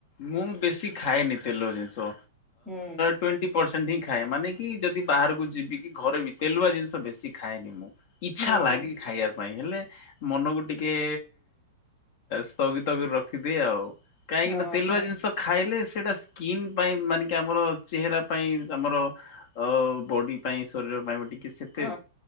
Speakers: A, on the left; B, in the centre.
A: ମୁଁ ବେଶୀ ଖାଏନି ତେଲ ଜିନିଷ
B: ହୁଁ
A: ଟ ପରଣ୍ଟ ହିଁ ଖାଏ ମାନେ କି ଯଦି ବାହାରକୁ ଯିବି କି ଘରେ ବି ତେଲୁଆ ଜିନିଷ ବେଶି ଖାଏନି ମୁଁ ଇଚ୍ଛା
B: ହୁଁ
A: ଲାଗେ ଖାଇବା ପାଇଁ ହେଲେ ମନକୁ ଟିକେ ସ୍ଥଗିତ କରି ରଖିଦିଏ ଆଉ କାହିଁକି
B: ହଁ
A: ନା ତେଲୁଆ ଜିନିଷ ଖାଇଲେ ସେଇଟା ସ୍କିିନ ପାଇଁ ମାନେ କି ଆମର ଚେହେରା ପାଇଁ ଆମର ଅ ବଡି ପାଇଁ ଶରୀର ପାଇଁ ଟିକେ ସେତେ
B: ହଁ